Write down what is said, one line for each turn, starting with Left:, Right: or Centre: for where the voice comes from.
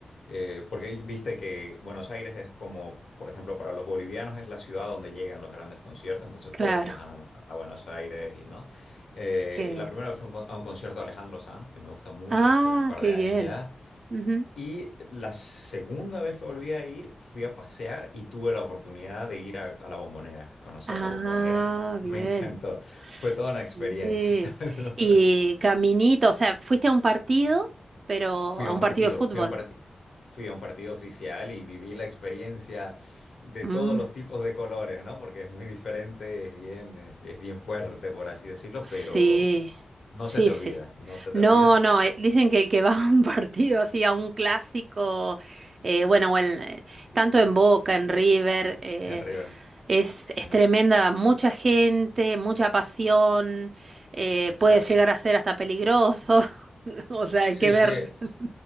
Left: eh, porque viste que Buenos Aires es como, por ejemplo, para los bolivianos es la ciudad donde llegan los grandes conciertos, entonces
Right: claro,
Left: todos viajamos a, a Buenos Aires y no. Eh,
Right: que
Left: la primera vez fue a un con- a un concierto de Alejandro Sanz, que me gusta mucho,
Right: Ah,
Left: hace un par
Right: qué
Left: de años
Right: bien.
Left: ya.
Right: Ujú.
Left: Y la segunda vez que volví a ir, fui a pasear y tuve la oportunidad de ir a, a la Bombonera, conocer
Right: Ah,
Left: la Bombonera. Me
Right: bien.
Left: encantó. Fue toda
Right: Sí.
Left: una experiencia. <laughs> ¿No?
Right: Y caminito, o sea, fuiste a un partido, pero
Left: Fui
Right: a
Left: a
Right: un
Left: un partido,
Right: partido de fútbol.
Left: fui a un parti- fui a un partido oficial y viví la experiencia de
Right: Oh.
Left: todos los tipos de colores, ¿no? Porque es muy diferente, es bien, es, es bien fuerte, por así decirlo,
Right: Sí,
Left: pero no
Right: sí,
Left: se te
Right: sí.
Left: olvida, no se te
Right: No,
Left: olvida.
Right: no, eh, dicen que el que va a un <laughs> partido así, a un clásico, eh, bueno, o en, eh, tanto en Boca, en River, eh,
Left: En River,
Right: es,
Left: sí,
Right: es tremenda, mucha gente, mucha pasión, eh,
Left: exacto.
Right: puede llegar a ser hasta peligroso, <laughs> o sea, hay
Left: Sí,
Right: que ver,
Left: sí,
Right: <laughs>